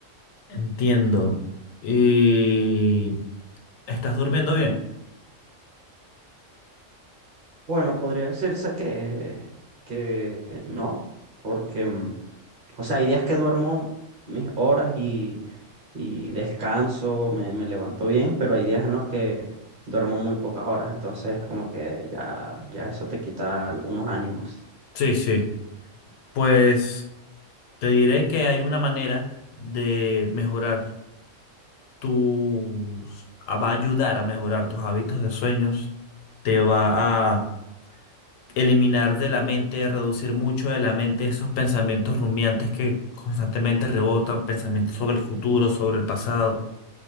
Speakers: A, on the left; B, on the right.
A: Entiendo. ¿Y estás durmiendo bien?
B: Bueno, podría decirse que, que no, porque, mm, o sea, hay días que duermo mis horas y, y descanso, me, me levanto bien, pero hay días en los que duermo muy pocas horas, entonces como que ya, ya eso te quita unos ánimos.
A: Sí, sí. Pues te diré que hay una manera de mejorar tus... ah, va a ayudar a mejorar tus hábitos de sueños. Te va a eliminar de la mente, reducir mucho de la mente esos pensamientos rumiantes que constantemente rebotan, pensamientos sobre el futuro, sobre el pasado.